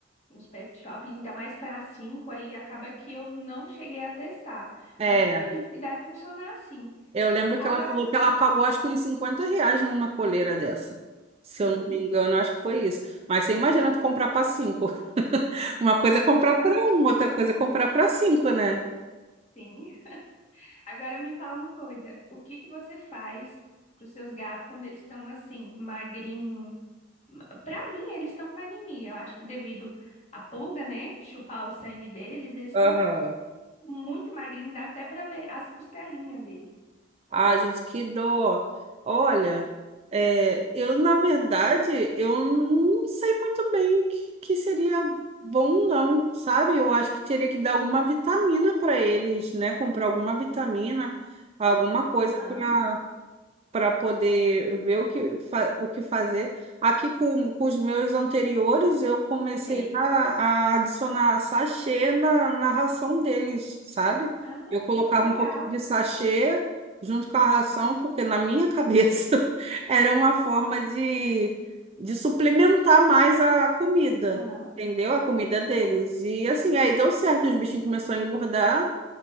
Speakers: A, on the left; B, on the right.
A: Nos pet shop, ainda mais para cinco, aí acaba que eu não cheguei a testar.
B: é,
A: Mas eu acredito que deve funcionar assim.
B: Eu lembro
A: Agora,
B: que ela falou que ela pagou acho que uns 50 reais numa coleira dessa. Se
A: Sim,
B: eu não me engano, acho que foi isso. Mas você imagina tu comprar para cinco. <laughs> Uma coisa é comprar
A: verdade.
B: para um, outra coisa é comprar para cinco, né?
A: sim. Agora me fala uma coisa: o que que você faz para os seus gatos quando eles estão assim, magrinho? Para mim, eles estão com anemia. Eu acho que devido à pulga, né? Chupar o sangue deles, eles estão
B: Aham.
A: muito magrinho, dá até pra ver as costelinhas dele.
B: Ah, gente, que dó. Olha, é, eu, na verdade, eu não sei muito bem o que, que seria bom, não, sabe? Eu acho que teria que dar alguma vitamina para eles, né? Comprar alguma vitamina, alguma coisa
A: Aham,
B: para. para poder ver o que, fa- o que fazer. Aqui com, com os meus anteriores, eu comecei
A: Sei.
B: a, a adicionar sachê na, na ração deles, sabe?
A: Ah,
B: Eu colocava
A: que legal.
B: um pouco de sachê junto com a ração, porque na minha cabeça <laughs> era uma forma de, de suplementar mais a comida.
A: aham.
B: Entendeu? A comida deles. E assim, aí deu certo, os bichinhos começaram a engordar,